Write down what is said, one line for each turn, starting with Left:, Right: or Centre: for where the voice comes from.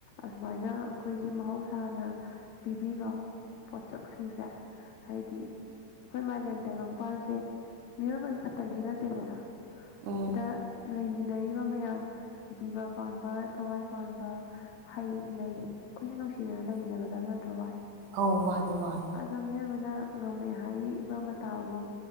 Left: ꯑꯁꯨꯃꯥꯏꯅ ꯑꯩꯈꯣꯏꯒꯤ ꯃꯍꯧꯁꯥꯅ ꯄꯤꯕꯤꯕ ꯄꯣꯠꯁꯛꯁꯤꯡꯁꯦ ꯍꯥꯏꯗꯤ ꯑꯩꯈꯣꯏ ꯃꯥꯂꯦꯝ ꯇꯥꯏꯕꯪꯄꯥꯟꯁꯦ ꯃꯤꯑꯣꯏꯕꯒꯤ ꯈꯛꯇꯪꯒꯤ ꯅꯠꯇꯦꯗꯅ꯫
Right: ꯎꯝ
Left: ꯁꯤꯗ ꯂꯩꯃꯤꯟꯅꯔꯤꯕ ꯃꯌꯥꯝ ꯖꯤꯕ ꯄꯥꯟꯕ ꯊꯋꯥꯏ ꯄꯥꯟꯕ ꯍꯩ ꯂꯩ ꯑꯈꯣꯏꯁꯨ ꯅꯨꯡꯁꯤꯅꯅ ꯂꯩꯃꯤꯟꯅꯒꯗꯕ ꯅꯠꯇ꯭ꯔꯣ ꯚꯥꯏ꯫
Right: ꯑꯧ ꯃꯥꯅꯦ-ꯃꯥꯅꯦ꯫
Left: ꯑꯗꯣ ꯃꯤꯑꯣꯏꯕꯅ ꯉꯝꯃꯦ ꯍꯥꯏꯕ ꯃꯇꯥꯒꯨꯝ